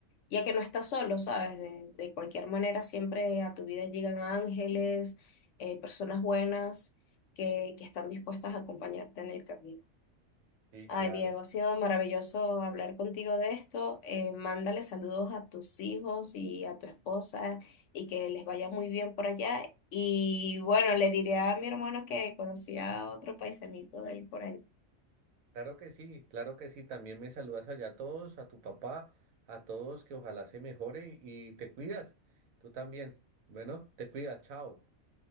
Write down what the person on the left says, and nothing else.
y a que no estás solo, ¿sabes? De, de cualquier manera, siempre a tu vida llegan ángeles, eh, personas buenas que, que están dispuestas a acompañarte en el camino.
Ay, Diego, ha sido maravilloso hablar contigo de esto. Eh, mándale saludos a tus hijos y a tu esposa y que les vaya muy bien por allá. Y bueno, le diré a mi hermano que conocía a otro paisanito de ahí por ahí.